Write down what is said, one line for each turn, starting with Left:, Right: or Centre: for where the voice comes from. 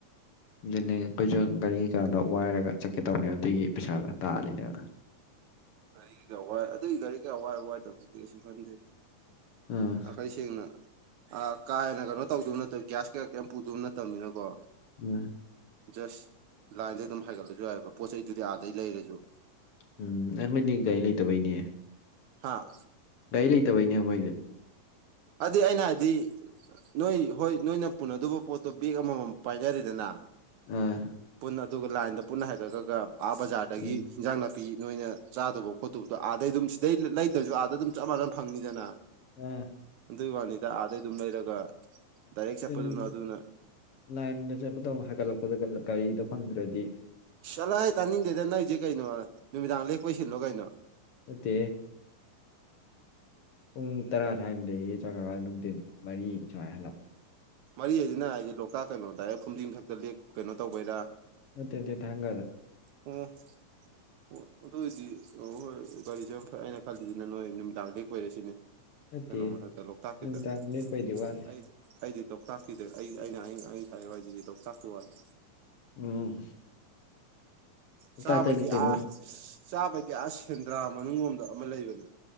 Left: ꯑꯗꯨꯅꯦ ꯑꯩꯈꯣꯏꯁꯨ ꯒꯥꯔꯤ ꯀꯩꯀꯥꯗ ꯋꯥꯏꯔꯒ ꯆꯠꯀꯦ ꯇꯧꯅꯦ ꯑꯗꯨꯏꯒꯤ ꯄꯩꯁꯥꯗꯣ ꯇꯥꯜꯂꯤꯅꯦꯕ
Right: ꯒꯥꯔꯤꯒ ꯋꯥꯏ ꯑꯗꯨꯒꯤ ꯒꯥꯔꯤ ꯀ ꯑꯋꯥꯏ ꯋꯥꯏ ꯇꯕꯗꯨꯗꯤ ꯀꯩꯁꯨ ꯈꯟꯗꯦ
Left: ꯑꯥ
Right: ꯅꯥꯈꯩ ꯁꯦꯡꯅ ꯑ ꯀꯥ ꯍꯦꯟꯅ ꯀꯩꯅꯣ ꯇꯧꯗꯕ ꯅꯠꯇꯕ ꯒ꯭ꯌꯥꯁ ꯀꯌꯥ ꯀꯩ ꯄꯨꯗꯕ ꯅꯠꯇꯕꯅꯤꯅꯀꯣ
Left: ꯎꯝ
Right: ꯖꯁ ꯂꯥꯏꯟꯗ ꯑꯗꯨꯝ ꯍꯥꯏꯒꯠꯂꯁꯨ ꯍꯥꯏꯌꯦꯕ ꯄꯣꯠ ꯆꯩꯩꯗꯨꯗꯤ ꯑꯥꯗꯩ ꯂꯩꯔꯁꯨ
Left: ꯎꯝ ꯑꯩꯈꯣꯏꯗꯤ ꯒꯥꯔꯤ ꯂꯩꯇꯕꯩꯅꯦ
Right: ꯍꯥ
Left: ꯒꯥꯔꯤ ꯂꯩꯇꯕꯩꯅꯦ ꯑꯩꯈꯣꯏꯁꯦ
Right: ꯑꯗꯨꯗꯤ ꯑꯩꯅ ꯍꯥꯏꯗꯤ ꯅꯣꯏ ꯍꯣꯏ ꯅꯣꯏꯅ ꯄꯨꯅꯗꯧꯕ ꯄꯣꯠꯇꯣ ꯕꯦꯛ ꯑꯃꯃꯝ ꯄꯥꯏꯅꯔꯦꯗꯅ
Left: ꯑꯥ
Right: ꯄꯨꯟꯅ ꯑꯗꯨꯒ ꯂꯥꯏꯟꯗ ꯄꯨꯟꯅ ꯍꯥꯏꯒꯠꯂꯒ ꯑꯥ ꯕꯖꯥꯔꯗꯒꯤ
Left: ꯎꯝ
Right: ꯏꯟꯖꯥꯡ ꯅꯥꯄꯤ ꯅꯣꯏꯅ ꯆꯥꯗꯕ ꯈꯣꯠꯇꯕꯗꯣ ꯑꯥꯗꯩ ꯑꯗꯨꯝ ꯁꯤꯗꯩ ꯂꯩꯇ꯭ꯔꯁꯨ ꯑꯥꯗ ꯑꯗꯨꯝ ꯆꯞ ꯃꯥꯟꯅꯅ ꯐꯪꯅꯤꯗꯅ
Left: ꯑꯥ
Right: ꯑꯗꯨꯏ ꯋꯥꯅꯤꯗ ꯑꯥꯗꯩ ꯑꯗꯨꯝ ꯂꯩꯔꯒ ꯗꯥꯏꯔꯦꯛ
Left: ꯑꯗꯨꯅꯤ
Right: ꯆꯠꯄꯗꯨꯅ ꯑꯗꯨꯅ
Left: ꯂꯥꯏꯟꯗ ꯆꯠꯄꯗꯧ ꯍꯥꯏꯒꯠꯂꯛꯄꯗ ꯒꯥꯔꯤꯗ ꯐꯪꯗ꯭ꯔꯗꯤ
Right: ꯆꯠꯂꯥꯏ ꯇꯥꯅꯤꯡꯗꯦꯗ ꯅꯣꯏꯁꯤ ꯀꯩꯅꯣ ꯅꯨꯃꯤꯗꯥꯡ ꯂꯦꯛꯄꯣꯏꯁꯤꯜꯂꯣ ꯀꯩꯅꯣ
Left: ꯅꯥꯠꯇꯦꯍꯦ ꯄꯨꯡ ꯇꯔꯥ ꯁ꯭ꯋꯥꯏꯝꯗꯒꯤ ꯆꯠ꯭ꯔꯒ ꯅꯨꯡꯊꯤꯟ ꯃꯔꯤ ꯁꯨꯃꯥꯏꯅ ꯍꯜꯂꯛꯄ
Right: ꯃꯔꯤ ꯍꯥꯏꯁꯤꯅ ꯍꯥꯏꯁꯦ ꯂꯣꯛꯇꯥꯛ ꯀꯩꯅꯣ ꯗꯥꯏꯔꯦꯛ ꯐꯨꯝꯗꯤꯡꯊꯛꯇ ꯂꯦꯛ ꯀꯩꯅꯣ ꯇꯧꯕꯩꯔꯥ
Left: ꯅꯥꯠꯇꯦ ꯅꯥꯠꯇꯦ ꯊꯥꯡꯒꯗ
Right: ꯑꯣ ꯑꯣ ꯑꯗꯨꯑꯣꯏꯗꯤ ꯑꯣ ꯍꯣꯏ ꯒꯥꯔꯤꯁꯦ ꯆꯥꯠꯄꯥꯅ ꯐꯩ ꯑꯩꯅ ꯈꯜꯂꯤꯁꯤꯅ ꯅꯣꯏ ꯅꯨꯃꯤꯗꯥꯡ ꯂꯦꯛꯄꯩꯔꯥꯁꯤꯅꯤ
Left: ꯅꯠꯇꯦ
Right: ꯀꯩꯅꯣ ꯃꯊꯛꯇꯥ ꯂꯧꯇꯥꯛꯀꯤꯗ
Left: ꯅꯨꯃꯤꯗꯥꯡ ꯂꯦꯛꯄꯩꯗꯤ ꯋꯥꯠꯂꯤ
Right: ꯑꯩ ꯑꯩꯗꯤ ꯂꯣꯛꯇꯥꯛꯀꯤꯗ ꯑꯩ ꯑꯩꯅ ꯁꯅꯤꯡꯋꯥꯁꯤꯗꯤ ꯋꯥ ꯍꯥꯏꯁꯤꯗꯤ ꯂꯣꯛꯇꯥꯛꯀꯤ ꯋꯥꯅꯤ
Left: ꯎꯝ ꯂꯣꯛꯇꯥꯛꯇ
Right: ꯆꯥꯕꯩꯗꯤ
Left: ꯂꯤꯛꯇꯣꯏꯅꯤ
Right: ꯑ ꯆꯥꯕꯩꯗꯤ ꯑ ꯁꯦꯟꯗ꯭ꯔꯥ ꯃꯅꯨꯡ ꯂꯣꯝꯗ ꯑꯃꯥ ꯂꯩꯕꯅꯦ